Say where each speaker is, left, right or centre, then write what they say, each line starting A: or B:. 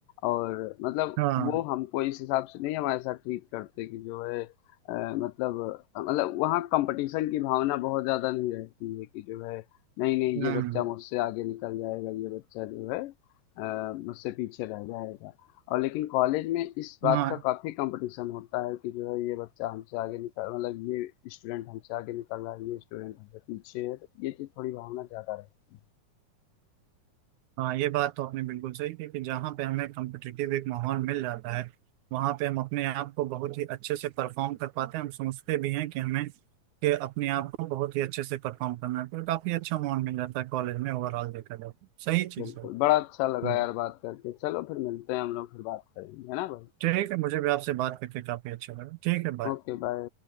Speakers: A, on the left; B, on the right.
A: और मतलब
B: हाँ
A: वो हमको इस हिसाब से नहीं हमारे साथ ट्रीट करते कि जो है अ, मतलब मतलब वहाँ कंपटीशन की भावना बहुत ज़्यादा नहीं रहती है कि जो है नहीं नहीं ये
B: हम्म,
A: बच्चा मुझसे आगे निकल जाएगा ये बच्चा जो है अ, मुझसे पीछे रह जाएगा और लेकिन कॉलेज में इस बात
B: हाँ
A: का काफ़ी कंपटीशन होता है कि जो है ये बच्चा हमसे आगे निकल मतलब ये स्टूडेंट हमसे आगे निकल रहा है ये स्टूडेंट हमसे पीछे है तो ये चीज़ थोड़ी भावना ज़्यादा रहती
B: हाँ ये बात तो आपने बिल्कुल सही की कि जहाँ पे हमें कॉम्पिटिटिव एक माहौल मिल जाता है वहाँ पे हम अपने आप को बहुत ही अच्छे से परफॉर्म कर पाते हैं हम सोचते भी हैं कि हमें कि अपने आप को बहुत ही अच्छे से परफॉर्म करना है तो काफी अच्छा माहौल मिल जाता है कॉलेज में ओवरऑल देखा जाए तो। सही चीज़
A: है बिल्कुल
B: है
A: बड़ा अच्छा
B: हम्म।
A: लगा यार बात करके चलो फिर मिलते हैं हम लोग फिर बात करेंगे है ना भाई
B: ठीक है मुझे भी आपसे बात करके काफी अच्छा लगा ठीक है बाय
A: Okay bye